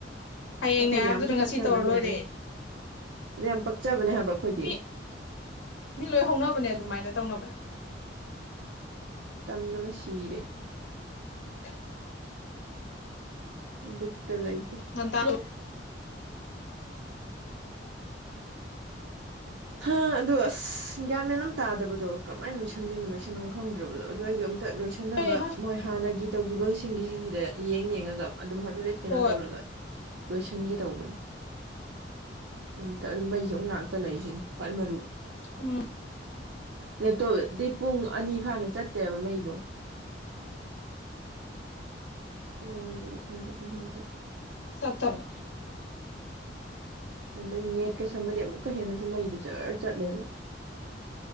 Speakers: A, on the left; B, on the right.
A: ꯍꯌꯦꯡꯅꯦ
B: ꯑꯩꯈꯣꯏꯗꯤ
A: ꯍꯥꯏꯕꯗꯨꯗ
B: ꯌꯥꯝꯁꯨ
A: ꯉꯁꯤ
B: ꯄꯛꯆꯕꯅꯦ
A: ꯇꯧꯔ ꯂꯣꯏꯔꯦ
B: ꯑꯗꯨ ꯑꯗꯨ ꯌꯥꯝ ꯄꯛꯆꯕꯅꯦ ꯍꯥꯏꯕ ꯑꯩꯈꯣꯏꯗꯤ
A: ꯃꯤ ꯃꯤ ꯂꯣꯏ ꯍꯧꯅꯕꯅꯦ ꯑꯗꯨꯃꯥꯏꯅ ꯇꯧꯅꯕꯅꯦ
B: ꯇꯟꯕꯅ ꯁꯤꯔꯦ ꯑꯩ
A: <inaudible>
B: ꯕꯤꯠꯀ ꯂꯩꯇꯦ
A: ꯉꯟꯇꯥ ꯂꯣꯏ__
B: ꯍꯥ ꯑꯗꯣ ꯑꯁ ꯒ꯭ꯌꯥꯟ ꯃꯦꯟ ꯑꯃ ꯇꯥꯗꯕꯗꯣ ꯀꯔꯝꯃꯏꯅ ꯂꯣꯏꯁꯟꯗꯣꯏꯅꯣ ꯂꯣꯏꯁꯟꯕꯥꯝ ꯈꯪꯗ꯭ꯔꯕꯗꯣ ꯑꯗꯨ ꯑꯩꯁꯨ ꯑꯝꯇꯥ ꯂꯣꯏꯁ__ ꯈꯟꯅꯕ
A: ꯍꯣꯏ
B: ꯃꯣꯏ ꯍꯥꯟꯅꯒꯤ ꯇꯧꯈꯤꯕꯁꯤꯡꯒꯤꯁꯤꯒꯤꯗ ꯌꯦꯡ ꯌꯦꯡꯉꯒ ꯑꯗꯨꯝ ꯍꯥꯏꯐꯦꯐꯦꯠ ꯀꯩꯅꯣ
A: ꯍꯣꯏ
B: ꯇꯧꯔꯒ ꯂꯣꯏꯁꯤꯟꯒꯦ ꯇꯧꯕꯅꯤ ꯑꯝꯇ ꯑꯗꯨ ꯃꯩꯁꯨ ꯑꯃꯨꯛ ꯂꯥꯛꯇ ꯂꯩꯔꯤꯁꯤꯅꯤ ꯈ꯭ꯋꯥꯏ ꯃꯔꯨ
A: ꯎꯝ
B: ꯂꯦꯞꯇꯣꯞꯗꯤ ꯄꯨꯡ ꯑꯅꯤ ꯐꯥꯅ ꯆꯠꯇꯦꯕ ꯃꯩꯗꯣ ꯄꯨꯡ ꯑꯅꯤꯗꯨꯗꯤ ꯈꯪꯁꯨꯨ ꯈꯪꯍꯧꯗꯦ
A: ꯆꯠꯇꯔꯦ
B: ꯑꯗꯩ ꯅꯦꯠꯀ ꯁꯃꯗꯤ ꯑꯃꯨꯛꯀ ꯍꯦꯟꯅꯁꯨ ꯃꯩꯗꯨ ꯖꯔ ꯆꯠꯂꯦꯕ